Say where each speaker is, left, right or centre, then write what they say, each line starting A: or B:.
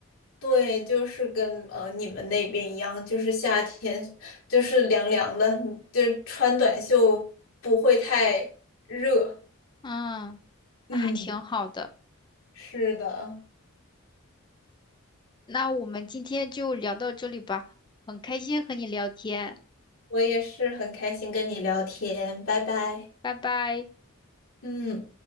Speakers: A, on the left; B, on the left.
A: 对，就是跟呃你们那边一样，就是夏天就是凉凉的，就穿短袖不会太热。
B: 嗯，那还挺好的。
A: 嗯。是的，
B: 那我们今天就聊到这里吧，很开心和你聊天，
A: 我也是很开心跟你聊天，拜拜。
B: 拜拜。
A: 嗯。